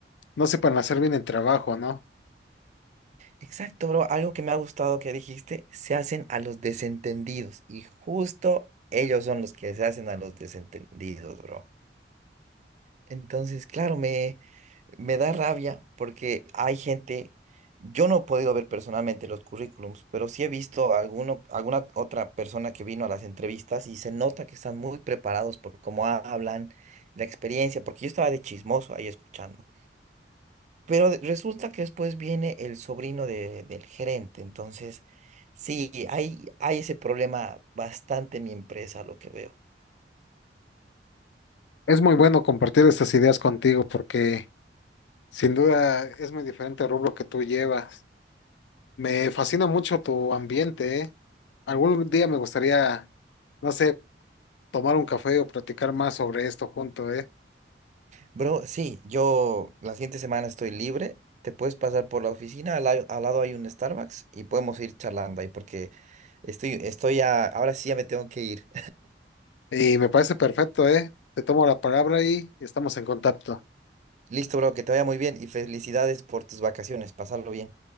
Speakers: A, on the left; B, on the right.
A: no sepan hacer bien el trabajo, ¿no?
B: Exacto, bro. Algo que me ha gustado que dijiste, se hacen a los desentendidos y justo ellos son los que se hacen a los desentendidos, bro. Entonces, claro, me, me da rabia porque hay gente, yo no he podido ver personalmente los currículums, pero sí he visto alguno, alguna otra persona que vino a las entrevistas y se nota que están muy preparados por cómo hablan, la experiencia, porque yo estaba de chismoso ahí escuchando. Pero de- resulta que después viene el sobrino de- del gerente, entonces sí, hay, hay ese problema bastante en mi empresa, lo que veo.
A: Es muy bueno compartir estas ideas contigo porque sin duda es muy diferente el rubro que tú llevas. Me fascina mucho tu ambiente, ¿eh? Algún día me gustaría, no sé, tomar un café o platicar más sobre esto juntos,
B: Bro, sí, yo la siguiente semana estoy libre. Te puedes pasar por la oficina, al, la- al lado hay un Starbucks y podemos ir charlando ahí porque estoy, estoy ya, ahora sí ya me tengo que ir.
A: Y me parece perfecto, ¿eh? Te tomo la palabra y estamos en contacto.
B: <laughs> Listo, bro, que te vaya muy bien y felicidades por tus vacaciones. Pasarlo bien.